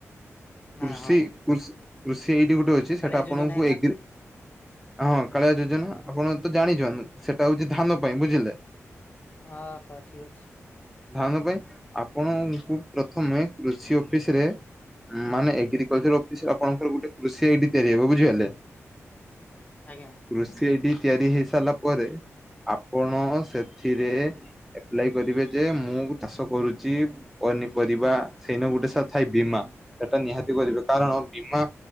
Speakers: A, on the left; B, in the centre.
A: ନା
B: କୃଷିୃି
A: ହଁ
B: କୃଷି ଏଇଠି ଗୋଟେ ଅଛି
A: କାଳିଆ
B: ସେଟା ଆପଣଙ୍କୁ
A: ଯୋଜନା ଏକା
B: ଏଗ୍ରୀ ହଁ କାଳିଆ ଯୋଜନା ଆପଣ ତ ଜାଣିଛନ୍ତି ସେଟା ସେଟା ହଉଛି ଧାନ ପାଇଁ ବୁଝିଲେ।
A: ହଁ ହଁ ଠିକ ଅଛି।
B: ଧାନ ପାଇଁ ଆପଣଙ୍କୁ ପ୍ରଥମେ କୃଷି ଅଫିସ ରେ। ମାନେ ଏଗ୍ରିକଲଚର ଅଫିସରେ ଆପଣଙ୍କର ଗୋଟେ କୃଷି ଆଇଡି ତିଆରି ହେବ ବୁଝିପାରିଲେ।
A: ଆଜ୍ଞା।
B: କୃଷି ଆଇଡି ତିଆରି ହେଇ ସାରିଲା ପରେ। ଆପଣ ସେଥିରେ ଏପ୍ଲାଏ କରିବେ ଯେ ମୁଁ ଚାଷ କରୁଛି। ପନିପରିବା ସେଇନେ ଗୋଟେ ସା ଥାଏ ବୀମା ସେଟା ନିହାତି କରିବେ କାରଣ ବୀମା